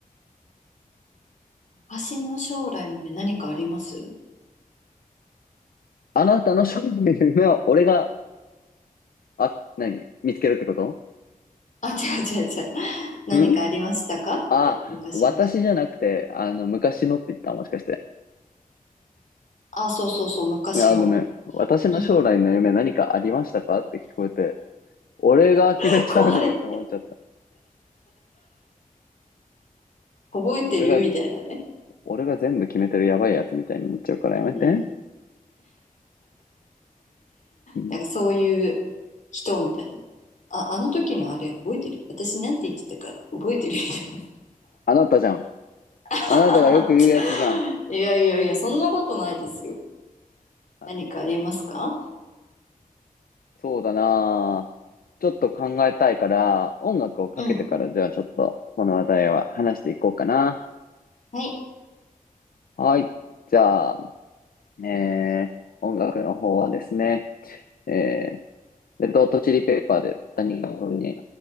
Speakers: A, on the left (about 55°); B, on the left (about 75°).
A: 私の将来の夢何かあります
B: あなたの将来の夢は俺があ、何見つけるってこと
A: あ、違う違う違う。何かありましたかって昔の自分。
B: んあ、私じゃなくて、あの、昔のって言ったもしかして。
A: あ、そうそうそう、昔の。
B: あ、ごめん。私の将来の夢何かありましたかって聞こえて、
A: うん。
B: 俺が決めちゃうのって思っちゃった。
A: <laughs> 怖い。覚えてるみたいなね。
B: 俺が、俺が全部決めてるやばいやつみたいになっちゃうからやめて。
A: うん。
B: うん、
A: なんかそういう人みたいな。あ、あの時のあれ覚えてる私なんて言ってたか覚えてるみたい
B: あなたじゃん。
A: な。
B: あなたがよく言うやつじゃん。
A: <laughs> いやいやいや、そんなことないですよ。
B: はい。
A: 何かありますか
B: そうだなぁ。ちょっと考えたいから、音楽をかけてからじゃあちょっとこの話題は話していこうかな。
A: うん。はい。
B: はい。じゃあ、えー、音楽の方はですね、えー、レッドホットチリペッパーで何かのに